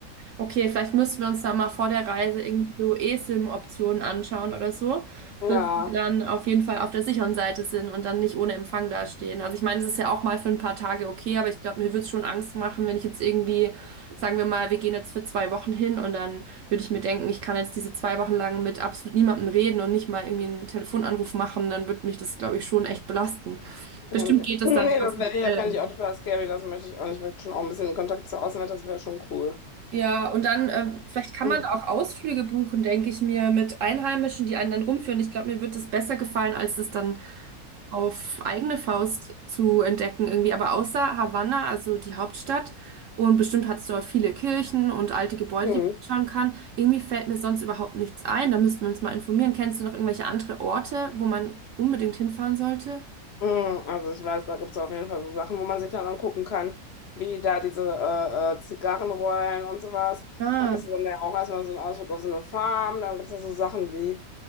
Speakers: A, on the right; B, on the left.
A: okay, vielleicht müssten wir uns da mal vor der Reise irgendwie so esim optionen anschauen oder so,
B: Ja,
A: dass wir dann auf jeden Fall auf der sicheren Seite sind und dann nicht ohne Empfang dastehen. Also ich meine, es ist ja auch mal für ein paar Tage okay, aber ich glaube, mir würde es schon Angst machen, wenn ich jetzt irgendwie, sagen wir mal, wir gehen jetzt für zwei Wochen hin und dann würde ich mir denken, ich kann jetzt diese zwei Wochen lang mit absolut niemandem reden und nicht mal irgendwie einen Telefonanruf machen, dann würde mich das, glaube ich, schon echt belasten.
B: ja,
A: Bestimmt
B: nee,
A: geht es
B: Nee,
A: dann über
B: das
A: das Hotel,
B: wäre ja, kann ich auch total scary, das möchte ich auch nicht. Ich möchte schon auch ein bisschen in Kontakt zur Außenwelt, das wäre schon cool.
A: Ja, und dann, äh, vielleicht kann
B: Mhm.
A: man da auch Ausflüge buchen, denke ich mir, mit Einheimischen, die einen dann rumführen. Ich glaube, mir wird es besser gefallen, als es dann auf eigene Faust zu entdecken irgendwie. Aber außer Havanna, also die Hauptstadt, und bestimmt hat es dort viele Kirchen und alte Gebäude,
B: Mhm.
A: die man anschauen kann. Irgendwie fällt mir sonst überhaupt nichts ein. Da müssten wir uns mal informieren. Kennst du noch irgendwelche andere Orte, wo man unbedingt hinfahren sollte?
B: Also ich weiß, da gibt es auf jeden Fall so Sachen, wo man sich dann angucken kann, wie da diese äh, äh, Zigarrenrollen und sowas.
A: Ah,
B: Dann bist du dann ja auch erstmal so ein Ausflug auf so eine Farm. Dann gibt es da so Sachen wie